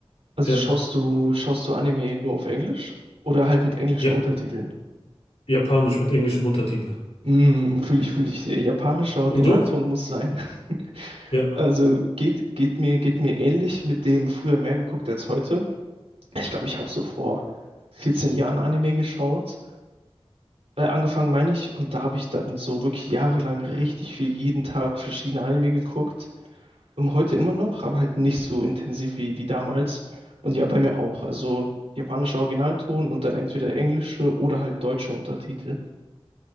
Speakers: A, on the right; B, on the left.
A: Also
B: Ja.
A: schaust du, schaust du Anime nur auf Englisch? Oder halt mit englischen
B: Ja,
A: Untertiteln?
B: Japanisch mit englischem Untertitel.
A: Hm, fühle ich, fühle ich. äh, Japanischer Originalton
B: Und du?
A: muss sein. <laughs>
B: Ja.
A: Also geht, geht mir, geht mir ähnlich mit dem früher mehr geguckt als heute. Ich glaube, ich habe so vor 14 Jahren Anime geschaut. Äh, angefangen meine ich, und da habe ich dann so wirklich jahrelang richtig viel jeden Tag verschiedene Anime geguckt. Ähm, heute immer noch, aber halt nicht so intensiv wie, wie damals. Und ja, bei mir auch. Also japanischer Originalton und dann entweder englische oder halt deutsche Untertitel.